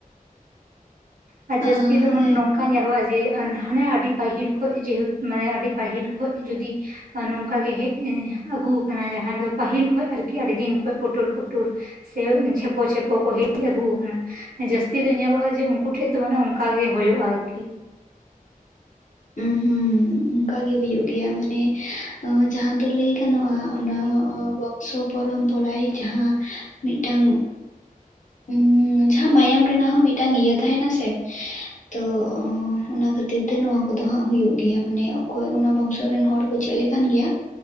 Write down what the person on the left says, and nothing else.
ᱟᱸ
ᱦᱮᱸ
<unintelligible> ᱚᱱᱠᱟᱜᱤ ᱦᱩᱭᱩᱜ ᱜᱮᱭᱟ ᱢᱟᱱᱮ ᱡᱟᱦᱟᱸ ᱫᱚ ᱞᱟᱹᱭ ᱜᱟᱱᱚᱜᱼᱟ ᱚᱱᱟ ᱵᱚᱝ ᱥᱚ ᱯᱚᱨᱚᱢ ᱯᱚᱨᱟᱭ ᱡᱟᱦᱟᱸ ᱢᱤᱫᱴᱟᱝ <unintelligible> ᱡᱟᱦᱟᱸ ᱢᱟᱭᱟᱢ ᱨᱮᱱᱟᱜ ᱦᱚᱸ ᱢᱤᱫᱴᱟᱝ ᱤᱭᱟᱹ ᱛᱟᱦᱮᱱᱟ ᱥᱮ? ᱛᱚ ᱚᱱᱟ ᱠᱷᱟᱹᱛᱤᱨ ᱛᱮ ᱱᱚᱣᱟ ᱠᱚᱫᱚ ᱦᱟᱸᱜ ᱦᱩᱭᱩᱜ ᱜᱮᱭᱟ ᱢᱟᱱᱮ ᱚᱠᱚᱭ ᱚᱱᱟ ᱵᱚᱝᱥᱚ ᱨᱮᱱ ᱦᱚᱲ ᱠᱚ ᱪᱮᱫ ᱞᱮᱠ ᱜᱮᱭᱟ